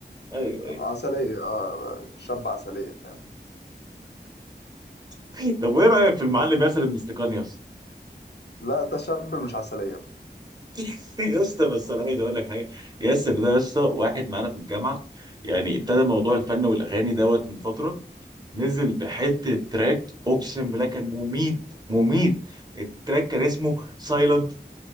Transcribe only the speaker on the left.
عسلية اه شاب عسلية فاهم
لا ده شاب مش عسلية بقى.